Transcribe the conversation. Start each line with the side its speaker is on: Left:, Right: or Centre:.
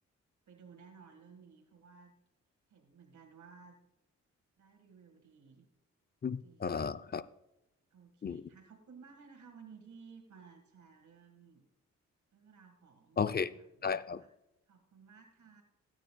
Right: ไปดูแน่นอนเรื่องนี้เพราะว่าเห็นเหมือนกันว่าได้รีวิวดี
Left: อมอ่าครับ
Right: ดีค่ะโอเคค่ะขอบคุณมากเลยนะคะวันนี้ที่มาแชร์เรื่อง
Left: อืม
Right: เรื่องราวของหนังค่ะขอบคุณมากค่ะ
Left: โอเคได้ครับ